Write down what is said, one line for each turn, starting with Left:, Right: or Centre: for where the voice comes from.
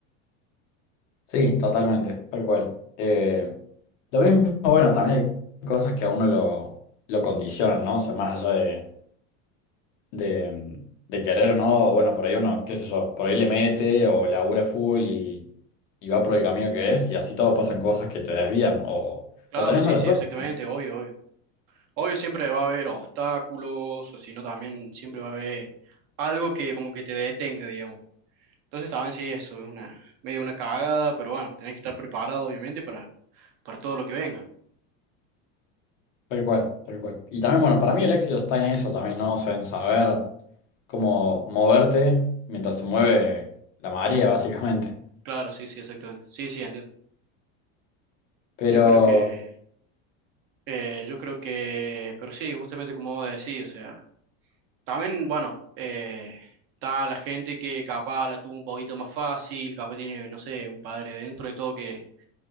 Left: Sí, totalmente, tal cual. Eh, lo mismo, bueno, también hay cosas que a uno lo, lo condicionan, ¿no? O sea, más allá de, de, mm, de querer o no, o bueno, por ahí uno, qué sé yo, por ahí le mete o labura full y, y va por el camino que es, y así todo pasan cosas que te desvían o,
Right: Claro,
Left: o tenés
Right: sí,
Left: mala
Right: sí,
Left: suerte,
Right: exactamente, obvio, obvio. Obvio siempre va a haber obstáculos, o si no, también siempre va a haber algo que como que te detenga, digamos. Entonces también sí, eso es una medio una cagada, pero bueno, tenés que estar preparado obviamente para, para todo lo que venga.
Left: tal cual, tal cual. Y también, bueno, para mí el éxito está en eso también, ¿no? O sea, en saber cómo moverte mientras se mueve la marea, básicamente.
Right: Claro, sí, sí, exactamente. Sí, sí, entiendo.
Left: Pero.
Right: Yo creo que, eh, yo creo que, pero sí, justamente como decía, o sea, también, bueno, eh, está la gente que capaz la tuvo un poquito más fácil, capaz tiene, no sé, un padre dentro y todo que,